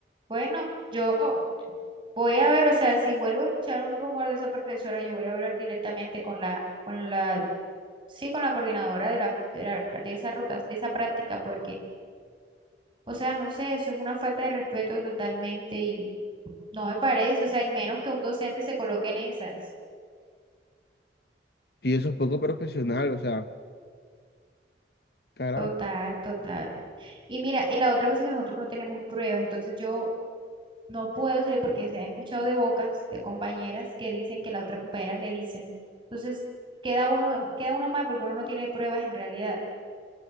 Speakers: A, on the right; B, on the left.
A: bueno, yo voy a ver, o sea, si vuelvo a escuchar un rumor de esa profesora, yo voy a hablar directamente con la, con la, sí, con la coordinadora de la, de la- de esa rota, de esa práctica, porque, o sea, no sé, eso es una falta de respeto totalmente y no me parece, o sea, y menos que un docente se coloque en esas.
B: Y eso es poco profesional, o sea, carajo,
A: Total, total. Y mira, y la otra cosa es que nosotros no tenemos pruebas, entonces yo no puedo salir porque se han escuchado de bocas de compañeras que dicen que las otras compañeras le dicen. Entonces queda uno, queda uno mal porque uno no tiene pruebas en realidad.